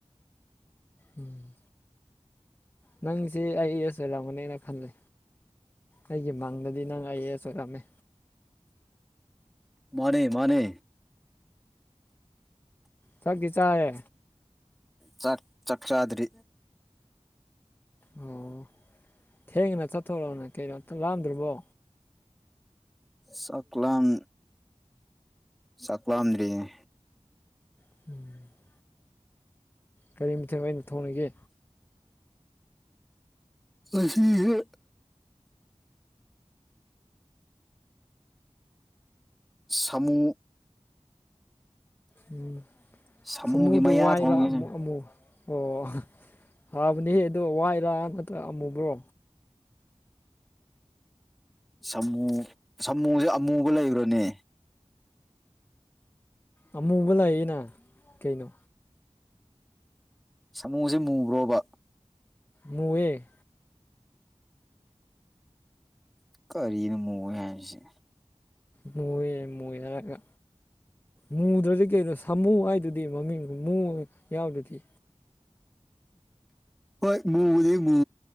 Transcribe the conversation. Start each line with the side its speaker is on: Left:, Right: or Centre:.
Left: ꯎꯝ ꯅꯪꯁꯤ ꯑꯥꯏ ꯑꯦ ꯑꯦꯁ ꯑꯣꯏꯔꯝꯒꯅꯦꯅ ꯈꯟꯂꯦ ꯑꯩꯒꯤ ꯃꯪꯗꯗꯤ ꯅꯪ ꯑꯥꯏ ꯑꯦ ꯑꯦꯁ ꯑꯣꯏꯔꯝꯃꯦ
Centre: ꯃꯥꯅꯦ ꯃꯥꯅꯦ
Left: ꯆꯥꯛꯇꯤ ꯆꯥꯔꯦ
Centre: ꯆꯥꯛ ꯆꯥꯛ ꯆꯥꯗ꯭ꯔꯤ
Left: ꯑꯣ ꯊꯦꯡꯅ ꯆꯥꯊꯣꯔꯣꯅꯦ ꯀꯩꯅꯣ ꯂꯥꯝꯗ꯭ꯔꯤꯕꯣ
Centre: ꯆꯥꯛ ꯂꯥꯝ ꯆꯥꯛ ꯂꯥꯝꯗ꯭ꯔꯤꯅꯦ
Left: <unintelligible> ꯀꯔꯤ ꯃꯊꯦꯜ ꯑꯣꯏꯅ ꯊꯣꯡꯂꯒꯦ
Centre: ꯉꯁꯤꯖꯦ ꯁꯃꯨ
Left: ꯎꯝ
Centre: ꯁꯥꯃꯨꯒꯤ
Left: ꯁꯥꯃꯨꯗꯨ
Centre: ꯃꯌꯥ
Left: ꯋꯥꯏꯔ
Centre: ꯊꯣꯡꯉꯦ
Left: ꯑꯃꯨꯛ ꯑꯃꯨ ꯑꯣ ꯐꯕꯅꯦꯍ ꯑꯗꯣ ꯋꯥꯏꯔꯥ ꯅꯠꯇ꯭ꯔꯒ ꯑꯃꯨꯕ꯭ꯔꯣ
Centre: ꯁꯥꯃꯨ ꯁꯥꯃꯨꯁꯦ ꯑꯃꯨꯕ ꯂꯩꯕ꯭ꯔꯥꯅꯦ
Left: ꯑꯃꯨꯕ ꯂꯥꯛꯌꯦꯅ ꯀꯩꯅꯣ
Centre: ꯁꯥꯃꯨꯁꯦ ꯃꯨꯕ꯭ꯔꯣꯕ
Left: ꯃꯨꯏꯌꯦ
Centre: ꯀꯔꯤꯅꯣ ꯃꯨꯌꯦ ꯍꯥꯏꯁꯦ
Left: ꯃꯨꯌꯦ ꯃꯨꯏ ꯍꯥꯏꯔꯒ ꯃꯨꯗ꯭ꯔꯗꯤ ꯀꯩꯅꯣ ꯁꯥꯃꯨ ꯍꯥꯏ ꯑꯗꯨꯗꯤ ꯃꯃꯤꯡꯖꯨ ꯃꯨ ꯌꯥꯎꯋꯤꯗꯨꯗꯤ
Centre: ꯍꯣꯏ ꯃꯨꯗꯤ ꯃꯨ